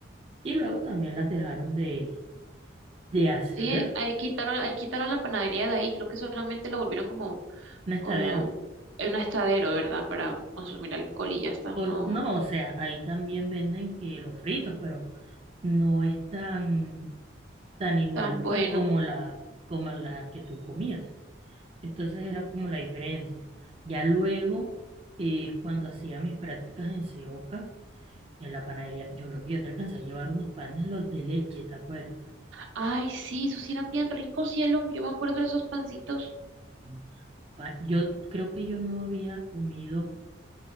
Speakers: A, on the right (about 30°); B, on the right (about 80°).
A: Y luego también las dejaron de, de hacer
B: Sí, eh, ahí quitaron, ahí quitaron la panadería de ahí, creo que solamente lo volvieron como,
A: nestaderos.
B: como un estadero, ¿verdad? Para consumir alcohol y ya está,
A: O,
B: no
A: no, o sea, ahí también venden que los fritos, pero no es tan tan igual,
B: tan bueno.
A: pues como la, como la que tú comías. Entonces era como la diferencia. Ya luego, eh, cuando hacía mis prácticas en Seoca, en la panadería, yo creo que yo te alcancé a llevar unos panes, los de leche, ¿te acuerdas?
B: Ay, sí, esos sí eran bien ricos, cielo. Yo me acuerdo de esos pancitos.
A: Mm, Los pa- Yo creo que yo no había comido,